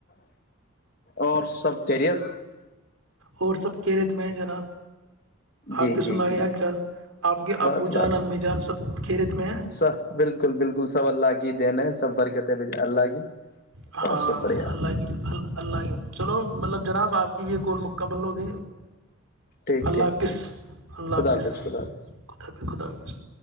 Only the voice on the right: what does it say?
اور سب کیرت میں جناب
آپ کی سنائی
حال چال آپ کے
ابو
جان امی جان سب کھیریت میں ہیں
ہاں
اللہ اللہ اللہ چلو مطلب جناب آپ کی یہ کابلو کہ
اللہ
حاپظ
اللہ
حاپظ
حظ خدا حافظ